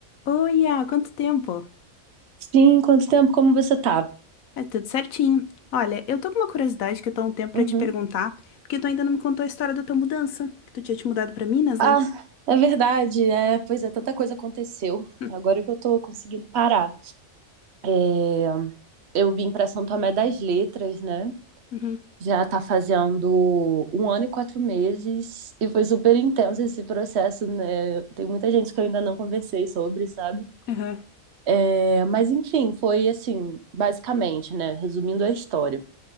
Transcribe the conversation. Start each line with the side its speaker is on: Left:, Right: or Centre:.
Left: Oi, há quanto tempo?
Right: Sim, quanto tempo, como você tá?
Left: É tudo certinho. Olha, eu tô com uma curiosidade que eu tô há um tempo pra
Right: Uhum.
Left: te perguntar, porque tu ainda não me contou a história da tua mudança, que tu tinha te mudado pra Minas,
Right: Ah,
Left: né?
Right: é verdade, é, pois é, tanta coisa aconteceu.
Left: <laughs>
Right: Agora que eu tô conseguindo parar. É, Eu vim pra São Tomé das Letras, né?
Left: Uhum,
Right: Já tá fazendo um ano e quatro meses e foi super intenso esse processo, né? Tem muita gente que eu ainda não conversei sobre, sabe?
Left: aham.
Right: É, mas enfim, foi assim, basicamente, né? Resumindo a história.